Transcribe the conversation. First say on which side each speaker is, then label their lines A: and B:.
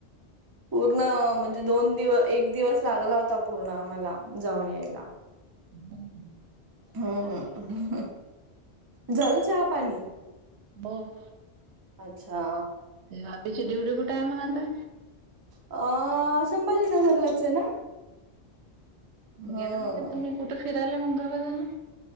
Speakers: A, on the right; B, on the right.
A: पूर्ण म्हणजे दोन दिव एक दिवस लागला होता पूर्ण आम्हाला जाऊन यायला.
B: <inaudible>
A: हम्म हम, झालं चहा पाणी?
B: ब <unintelligible>
A: अच्छा.
B: बाबीची ड्युटी कुठा आहे मग आत्ता?
A: अ, संभाजीनगरलाच आहे ना? हम्म
B: गेल नाही का तुम्ही कुठे फिरायला मुंबई बजल?